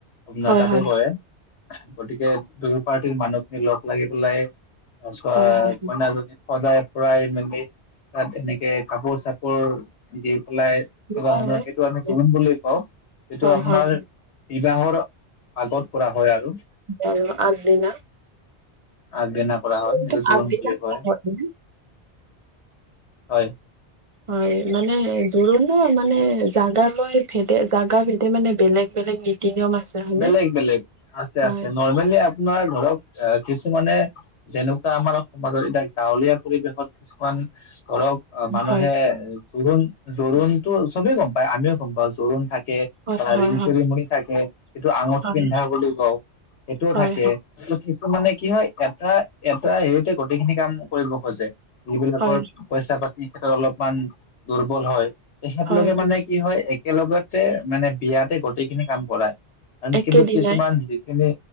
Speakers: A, on the left; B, on the right.
A: আপোনাৰ
B: হয়
A: তাতে
B: হয় হয় হয়
A: কৰে। গতিকে দুয়ো পাৰ্টিৰ মানুহখিনি লগ লাগি পেলাই <unintelligible>
B: হয় হয় হয়
A: কইনাজনী সজায় ফুৰাই মেলি তাত এনেকে কাপোৰ চাপোৰ দি পেলাই এনেকুৱা
B: হয়
A: ধৰণৰ
B: হয় হয়
A: সেইটো আমি জোৰোণ বুলি কওঁ, সেইটো
B: হয়
A: আপোনাৰ
B: হয়
A: বিবাহৰ আগত কৰা হয় আৰু।
B: আৰু আগদিনা
A: আগদিনা কৰা হয়
B: কিন্তু
A: সেইটো জোৰোণ
B: আগদিনা
A: বুলি কয়,
B: হয় নে?
A: হয়।
B: হয়, মানে জোৰোণতো মানে জাগালৈ ভেদে জাগা ভেদে মানে বেলেগ বেলেগ নি নীতি নিয়ম আছে হয়নে?
A: বেলেগ বেলেগ আছে
B: হয়
A: আছে নৰ্মেলি আপোনাৰ ধৰক আহ কিছুমানে যেনেকুৱা আমাৰ সমাজত এতিয়া গাঁৱলীয়া পৰিৱেশত কিছুমান ধৰক অ', মানুহে
B: হয়
A: জোৰোণ জোৰোণতো চবেই গম পায় আমিও গম পাওঁ জোৰোণ থাকে।
B: হয়
A: বা
B: হয়
A: ৰিং চেৰ'মনী থাকে। এইটো আঙঠি
B: হয়
A: পিন্ধা বুলি কওঁ সেইটোও
B: হয়
A: থাকে।
B: হয়
A: কিন্তু কিছুমানে কি হয় এটা এটা হেৰিতে গোটেইখিনি কাম কৰিব খোজে। যিবিলাকৰ
B: হয়
A: পইচা পাতি ক্ষেত্ৰত অলপমান দুৰ্বল হয়, তেখেত
B: হয়
A: লোকে মানে কি হয় একেলগতে মানে বিয়াতে গোটেইখিনি কাম কৰায়। আন
B: একেদিনাই
A: কিন্তু কিছুমান যিখিনি